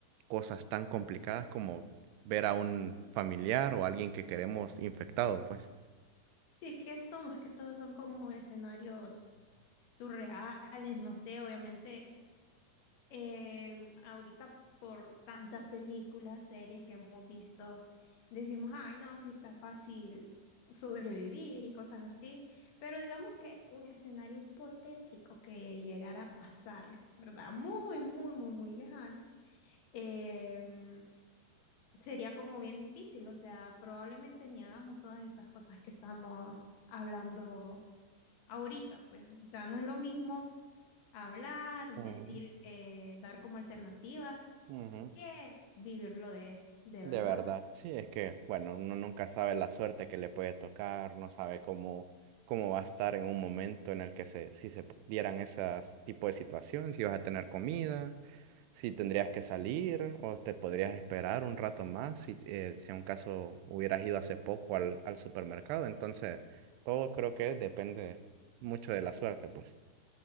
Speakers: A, on the right; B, on the left.
A: cosas tan complicadas como ver a un familiar o alguien que queremos infectado, pues.
B: Sí, es que esto más que todo son como escenarios surreales, no sé, obviamente, eh, ahorita por tantas películas, series que hemos visto, decimos, ay, no, sí está fácil sobrevivir y cosas así, pero digamos que un escenario hipotético que llegara a pasar, ¿verdad? Muy, muy, muy, muy lejano em, sería como bien difícil, o sea, probablemente ni hagamos todas estas cosas que estamos hablando ahorita, pues, o sea, no es lo mismo hablar,
A: Ujú,
B: decir, eh, dar como alternativas
A: ujú.
B: que vivirlo de, de
A: De
B: verdad.
A: verdad, sí, es que, bueno, uno nunca sabe la suerte que le puede tocar, no sabe cómo, cómo va a estar en un momento en el que se, si se dieran esas tipo de situaciones, si vas a tener comida. si tendrías que salir o te podrías esperar un rato más si, eh, si en un caso hubieras ido hace poco al, al supermercado. Entonces, todo creo que depende mucho de la suerte, pues.